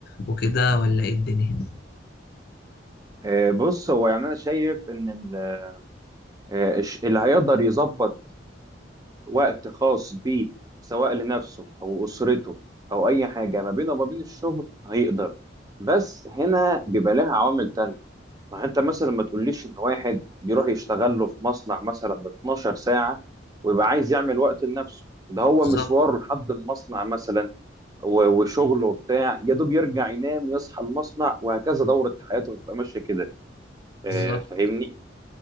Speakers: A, on the left; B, on the right.
A: وكده ولا ايه الدنيا
B: آه، بص هو يعني انا شايف ان ال- آه، الش- اللي هيقدر يظبط وقت خاص بيه سواء لنفسه او اسرته او اي حاجه ما بينه وما بين الشغل هيقدر بس هنا بيبقى لها عوامل تانية ما انت مثلا ما تقوليش ان واحد بيروح يشتغل له في مصنع مثلا 12 ساعه ويبقى عايز يعمل وقت لنفسه ده هو
A: بالظبط
B: مشواره لحد المصنع مثلا و- وشغله وبتاع يا دوب يرجع ينام يصحى المصنع وهكذا دورة حياته هتبقى ماشية كده
A: بالظبط
B: آه، فاهمني